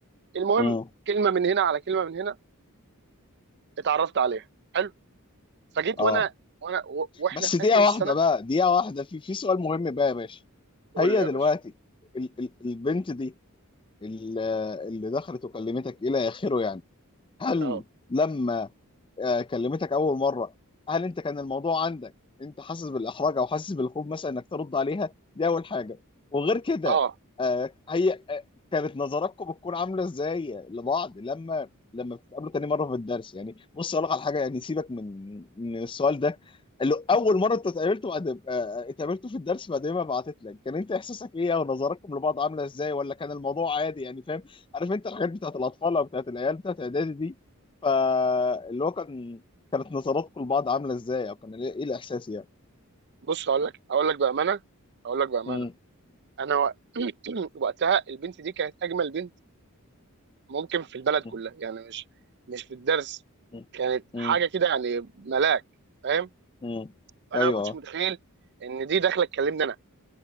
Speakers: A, on the right; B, on the left.
A: المهم
B: مم.
A: كلمه من هنا على كلمه من هنا اتعرفت عليها حلو فجيت
B: اه
A: وانا وانا و- واحنا
B: بس
A: في
B: دقيقة
A: اخر السنه
B: واحدة بقى دقيقة واحدة في في سؤال مهم بقى يا باشا
A: قول
B: هي
A: لي يا
B: دلوقتي
A: باشا
B: ال ال البنت دي ال- اللي دخلت وكلمتك إلى آخره يعني هل
A: اه
B: لما آه، كلمتك اول مره هل انت كان الموضوع عندك انت حاسس بالاحراج او حاسس بالخوف مثلا انك ترد عليها دي اول حاجه وغير كده
A: اه
B: آه، هي آه، كانت نظراتكم بتكون عامله ازاي لبعض لما لما بتتقابلوا تاني مره في الدرس يعني بص اقول لك على حاجه يعني سيبك من من السؤال ده اللي اول مره انت اتقابلتوا بعد آه، اتقابلتوا في الدرس بعد ما بعتت لك كان انت احساسك ايه او نظراتكم لبعض عامله ازاي ولا كان الموضوع عادي يعني فاهم عارف انت الحاجات بتاعت الاطفال او بتاعت العيال بتاعت اعدادي دي فاللي هو كان كانت نظراتكم لبعض عامله ازاي او كان ايه إيه الاحساس يعني
A: بص هقول لك هقول لك بامانه هقول لك بامانه
B: مم.
A: انا وق- <clears throat> وقتها البنت دي كانت اجمل بنت ممكن في البلد
B: مم.
A: كلها يعني مش مش في الدرس
B: مم.
A: كانت حاجه
B: مم.
A: كده يعني ملاك فاهم
B: مم.
A: فانا
B: ايوه
A: ما كنتش
B: آه.
A: متخيل ان دي داخله تكلمني انا